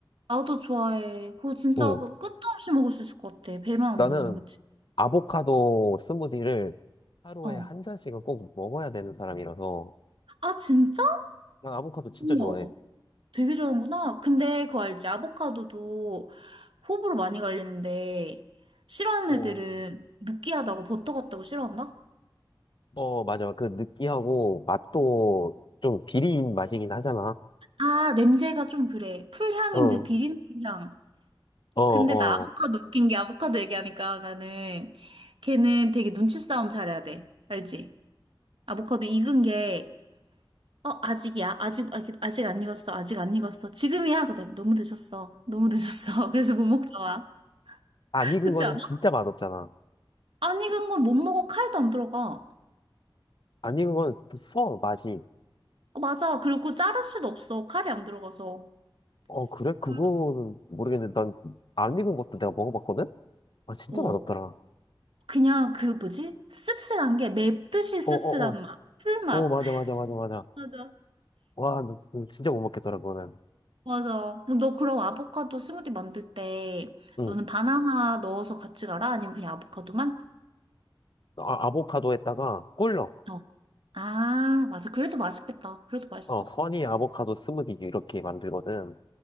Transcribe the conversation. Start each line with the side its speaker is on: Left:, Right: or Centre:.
Right: 나도 좋아해. 그거 진짜
Left: 응,
Right: 그 끝도 없이 먹을 수 있을 것 같아. 배만
Left: 나는
Right: 안 부르면, 그치?
Left: 아보카도 스무디를 하루에
Right: 어.
Left: 한 잔씩은 꼭 먹어야 되는 사람이라서
Right: 아, 진짜?
Left: 난 아보카도 진짜
Right: 우와.
Left: 좋아해.
Right: 되게 좋아하는구나. 근데 그거 알지? 아보카도도 호불호 많이 갈리는데, 싫어하는
Left: 어,
Right: 애들은 느끼하다고 버터 같다고 싫어한다?
Left: 어, 맞아. 그 느끼하고 맛도 좀 비린 맛이긴 하잖아.
Right: 아, 냄새가 좀 그래. 풀향인데
Left: 어,
Right: 비린풀향.
Left: 어, 어.
Right: 근데 나 아보카도 웃긴 게 아보카도 얘기하니까 나는 걔는 되게 눈치 싸움 잘해야 돼. 알지? 아보카도 익은 게, 어, 아직이야. 아직, 아직, 아직 안 익었어. 아직 안 익었어. 지금이야. 그다음 너무 늦었어. 너무 늦었어. <laughs> 그래서 못 먹잖아.
Left: 안
Right: <laughs>
Left: 익은
Right: 그렇지
Left: 거는
Right: 않아?
Left: 진짜 맛없잖아.
Right: 안 익은 건 못 먹어. 칼도 안 들어가.
Left: 안 익은 거는 써, 맛이.
Right: 어, 맞아. 그리고 자를 수도 없어. 칼이 안 들어가서.
Left: 어, 그래?
Right: 그,
Left: 그거는 모르겠는데, 난 안 익은 것도 내가 먹어봤거든? 아, 진짜
Right: 어,
Left: 맛없더라.
Right: 그냥 그 뭐지? 씁쓸한 게 맵듯이 씁쓸한
Left: 어, 어, 어.
Right: 맛. 풀맛.
Left: 어, 맞아,
Right: <laughs>
Left: 맞아, 맞아, 맞아.
Right: 맞아.
Left: 와, 나 진짜 못 먹겠더라, 그거는.
Right: 맞아. 그럼 너 그럼 아보카도 스무디 만들 때
Left: 응.
Right: 너는 바나나 넣어서 같이 가라? 아니면 그냥 아보카도만?
Left: 아, 아보카도에다가 꿀넣어.
Right: 어. 아, 맞아. 그래도 맛있겠다. 그래도 맛있어.
Left: 어, 허니 아보카도 스무디 이렇게 만들거든.